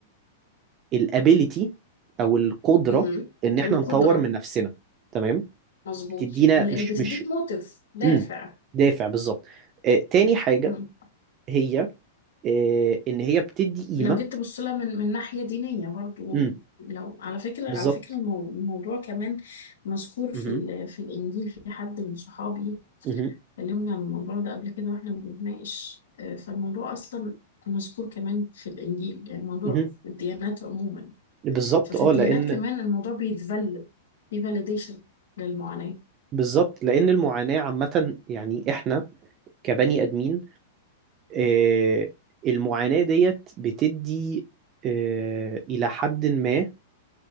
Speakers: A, on the right; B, on the left.
A: الابيليتي او القدره
B: امم
A: ان احنا
B: القدرة
A: نطور من نفسنا تمام
B: مظبوط
A: بتدينا
B: ال- اللي
A: مش
B: بتديك
A: مش
B: موتيف دافع
A: مم. دافع بالظبط آه، تاني حاجه
B: امم
A: هي آه، ان هي بتدي قيمه
B: لو جيت تبص لها من من ناحية دينية برضو
A: مم.
B: لو على فكرة
A: بالظبط
B: على فكرة المو- الموضوع كمان مذكور في
A: مهم.
B: ال- في الإنجيل في حد من صحابي
A: مهم.
B: اتكلمنا عن الموضوع ده قبل كده واحنا بنتناقش آه، فالموضوع اصلا مذكور كمان في الانجيل يعني الموضوع
A: مهم.
B: في الديانات عموما
A: بالظبط
B: ففي
A: اه
B: الديانات
A: لان
B: كمان الموضوع بيتفلد في فاليديشن للمعاناة
A: بالظبط لان المعاناه عامه يعني احنا كبني ادمين آه، المعاناة ديت بتدي آه، إلى حد ما